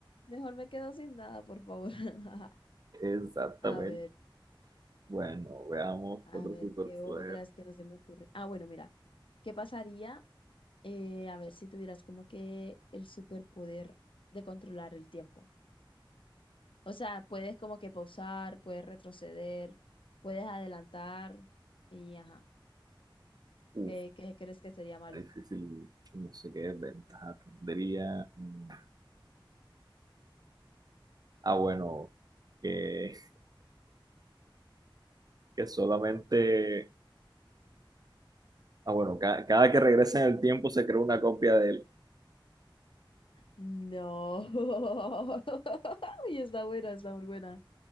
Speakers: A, on the left; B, on the right.
A: mejor me quedo sin nada, por favor. <laughs>
B: Exactamente.
A: A ver,
B: Bueno, veamos
A: a
B: qué otro
A: ver,
B: superpoder.
A: ¿qué otras que no se me ocurre? Ah, bueno, mira, ¿qué pasaría? eh, a ver, si tuvieras como que el superpoder de controlar el tiempo. O sea, puedes como que pausar, puedes retroceder, puedes adelantar y ajá.
B: Uf,
A: ¿Qué, qué crees que sería malo?
B: está difícil, no sé qué ventaja tendría. Mm, Ah, bueno, que, que solamente, ah, bueno, ca- cada que regresa en el tiempo se crea una copia de él.
A: No. <laughs> Y está buena, está muy buena.